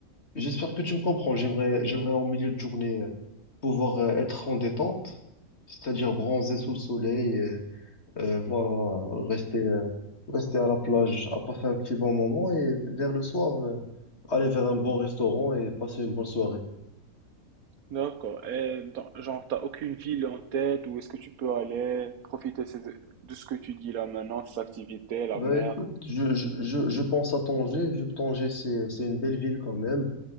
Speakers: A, on the left (about 50°); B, on the right (about 75°).
A: J'espère que tu me comprends. J'aimerais, j'aimerais en milieu de journée euh, pouvoir euh, être en détente, c'est-à-dire bronzer sous le soleil et euh, voilà, euh, rester, euh, rester à la plage, à passer un petit bon moment et vers le soir, euh, aller vers un bon restaurant et passer une bonne soirée.
B: D'accord. Et dans- genre, t'as aucune ville en tête où est-ce que tu peux aller profiter ces- de ce que tu dis là maintenant, cette activité, la
A: Bah
B: mer?
A: écoute, je, je, je je pense à Tanger, vu que Tanger c'est, c'est une belle ville quand même.